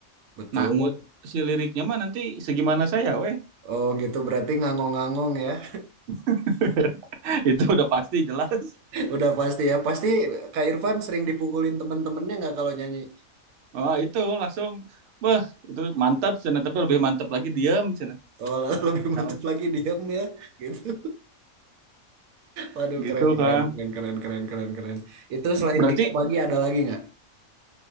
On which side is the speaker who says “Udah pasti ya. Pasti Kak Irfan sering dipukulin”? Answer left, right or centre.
Right